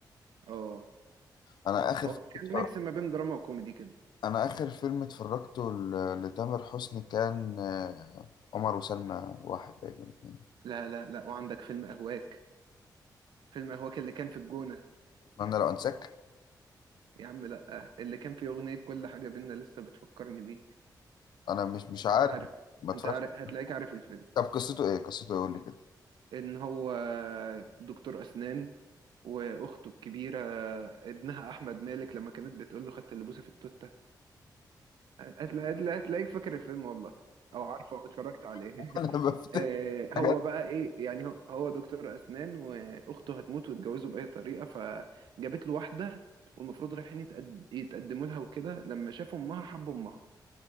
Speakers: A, on the right; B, on the left.
A: اه
B: انا اخر
A: هو
B: فيلم
A: كان
B: اتفرج-
A: ميكس ما بين دراما وكوميدي كده
B: انا اخر فيلم اتفرجته ل- لتامر حسني كان آه، عمر وسلمى واحد باين ولا اتنين
A: لا لا لا وعندك فيلم أهواك فيلم أهواك اللي كان في الجونة
B: اتمنى لو انساك
A: يا عم لا اللي كان فيه أغنية كل حاجة بينا لسه بتفكرني بيك
B: انا مش مش عارف
A: أنت عارف
B: ما اتفرجتش
A: أنت عارف هتلاقيك عارف الفيلم
B: طب قصته ايه قصته ايه قول لي كده
A: إن هو دكتور أسنان وأخته الكبيرة ابنها أحمد مالك لما كانت بتقول له خدت اللبوسة في التوت هتلا- هتلا- هتلاقيك فاكر الفيلم والله او عارفه او اتفرجت عليه
B: <laughs>
A: <laughs>
B: انا بفتح
A: آه، هو
B: حاجات
A: بقى ايه يعني هو هو دكتور اسنان واخته هتموت ويتجوزوا باي طريقه فجابت له واحده والمفروض رايحين يتقد- يتقدموا لها وكده لما شافوا امها حب امها